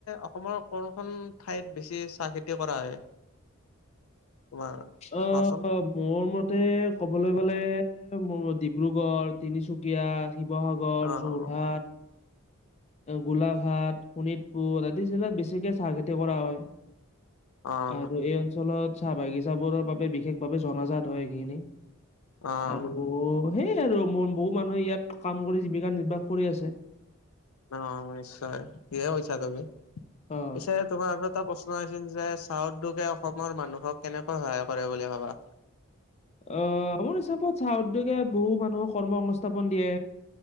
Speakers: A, on the left (about 80°); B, on the left (about 30°).
A: অসমৰ কোনখন ঠাইত বেছি চাহ খেতি কৰা হয়? তোমাৰ?
B: অহ
A: কোৱাচোন
B: মোৰ মতে কবলৈ গলে মোৰ ডিব্ৰুগড়, তিনিচুকীয়া শিৱসাগৰ,
A: অ',
B: যোৰহাট, গোলাঘাট, শোণিতপুৰ আদি জেগাত বেছিকে চাহ খেতি কৰা হয়।
A: অ',
B: আৰু এই অঞ্চলত চাহ বাগিচাবোৰৰ বাবে বিশেষভাৱে জনাজাত হয়, এইখিনি
A: অ', অ',
B: আৰু সেই আৰু বহু মানুহে ইয়াত কাম কৰি জীৱিকা নিৰ্বাহ কৰি আছে।
A: অহ নিশ্চয় ঠিকে কৈছা তুমি,
B: অ।
A: পিছে তোমাৰ আৰু এটা প্ৰশ্ন আছিল যে চাহ উদ্যোগে অসমৰ মানুহক কেনেকৈ সহায় কৰে বুলি ভাবা?
B: আহ, মোৰ হিচাপত চাহ উদ্যোগে বহু মানুহক কৰ্ম সংস্থাপন দিয়ে।